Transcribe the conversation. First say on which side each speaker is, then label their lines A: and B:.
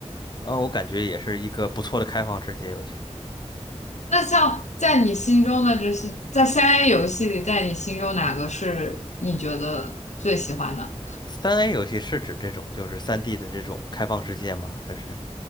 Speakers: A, on the left; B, on the left.
A: 然后我感觉也是一个不错的开放世界游戏。
B: 那像在你心中的这些，在三 A 游戏里，在你心中哪个是你觉得最喜欢的？
A: 三 A 游戏是指这种就是三 d 的这种开放世界吗？还是？